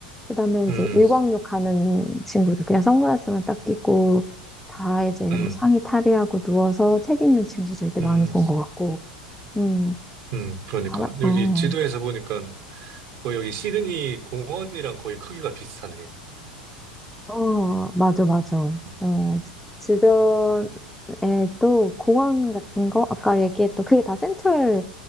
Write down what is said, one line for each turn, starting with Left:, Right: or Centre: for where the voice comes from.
Centre: 그 다음에
Right: 음,
Centre: 이제 일광욕 하는 친구들, 그냥 선글라스만 딱 끼고, 다 이제 뭐
Right: 음,
Centre: 상의 탈의하고 누워서 책 읽는 친구들도 많이
Right: 음.
Centre: 본 것 같고, 음,
Right: 음, 그러니까.
Centre: 알아,
Right: 여기
Centre: 어,
Right: 지도에서 보니까 거의 여기 시드니 공원이랑 거의 크기가 비슷하네.
Centre: 어, 맞아, 맞아.
Right: 음,
Centre: 어, 주변에 또 공원 같은 거, 아까 얘기했던 그게 다 센트럴